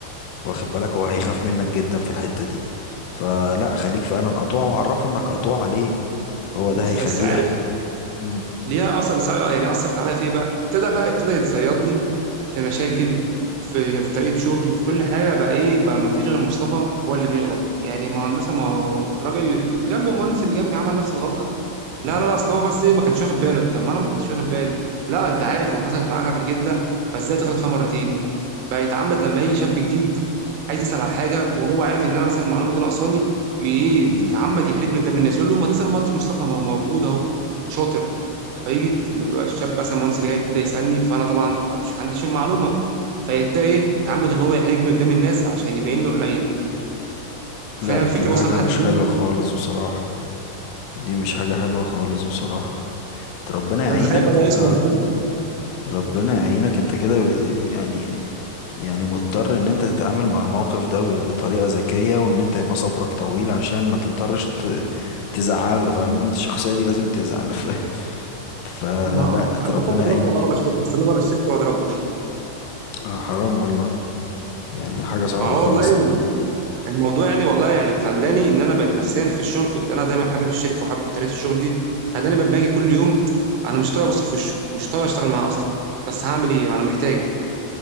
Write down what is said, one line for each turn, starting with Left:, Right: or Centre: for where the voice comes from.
Left: واخد بالك هو هيخاف منك جدا في الحتة دي فلا خليك فعلا قطوع وعرفه انك قطوع عليه هو
Right: بس
Left: ده هيخليه
Right: بس عارف
Left: يحت... مم.
Right: ليها اثر سا- يعني اثرت عليا في ايه بقى ابتدى بقى ابتدى يتصيد لي في مشاكل في في طريقه شغل في كل حاجه بقى ايه بقى ما فيش غير مصطفى هو اللي بيغلط يعني ما هو هندسه ما هو الراجل اللي جنبي المهندس اللي جنبي عمل نفس الغلطه
Left: مم.
Right: لا لا لا اصل هو بس ايه ما كانش واخد باله طب ما انا ما كنتش واخد بالي لا انت عارف وحصلت معاك قبل كده فازاي تغلط فيها مرتين بقى يتعمد لما يجي شاب جديد عايز يسال على حاجه وهو عارف ان انا مثلا المعلومه دي ناقصاني ي- ايه
Left: مم.
Right: تتعمد يحرجني قدام الناس يقول له ما تسال مهندس مصطفى ما هو موجود اهو وشاطر فيجي الشاب مثلا المهندس اللي جاي جديد ده يسالني فانا طبعا مش عنديش المعلومه فيبتدي ايه تعمد ان هو يحرجني قدام الناس عشان يبين له قليل فاهم
Left: لا
Right: الفكر
Left: دي حاجة
Right: وصل لحد
Left: مش
Right: فين؟
Left: حلوة خالص بصراحة دي مش حاجة حلوة خالص بصراحة ربنا
Right: ما ده
Left: يعينك
Right: تخيل بقى
Left: اه
Right: يسوى رديته
Left: ربنا يعينك انت كده ب- يعني يعني مضطر ان انت تتعامل مع الموقف ده ب- بطريقة ذكية وان انت يبقى صبرك طويل عشان ما تضطرش ت- تزعله فاهم الشخصية دي لازم تزعل <laughs> ف... فلا
Right: ما
Left: انت
Right: انا
Left: ربنا
Right: فكرت اضربه
Left: يعينك
Right: والله بره الشركه استنى بره الشركه واضربه
Left: آه حرام والله يعني حاجة صعبة
Right: ما هو
Left: خالص
Right: والله
Left: إنها-
Right: الموضوع يعني والله يعني خلاني ان انا بقيت نفسيا في الشغل كنت انا دايما حابب الشركه وحابب طريقه الشغل دي خلاني لما اجي كل يوم انا مش طايق ابص في وشه مش طايق اشتغل معاه اصلا بس هعمل ايه انا محتاج